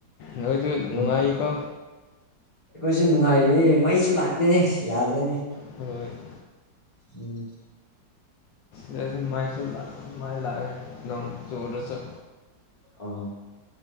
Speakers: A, on the left (about 75°); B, on the left (about 20°).
A: ꯅꯣꯏꯖꯨ
B: ꯎꯝ
A: ꯅꯨꯡꯉꯥꯏꯔꯤꯀꯣ
B: ꯑꯩꯈꯣꯏꯁꯨ ꯅꯨꯡꯉꯥꯏꯔꯤꯌꯦ ꯃꯩꯁꯨ ꯂꯥꯛꯇ‌ꯦꯅꯦ ꯑꯁ ꯌꯥꯗ꯭ꯔ‌ꯦꯅꯦ
A: ꯍ
B: ꯎꯝ
A: ꯃꯥꯏꯁꯨ ꯃꯥꯏꯁꯨ ꯂꯥꯛ ꯃꯩ ꯂꯥꯛꯑ‌ꯦ ꯅꯣꯡ ꯆꯔꯁꯨ
B: ꯑꯣ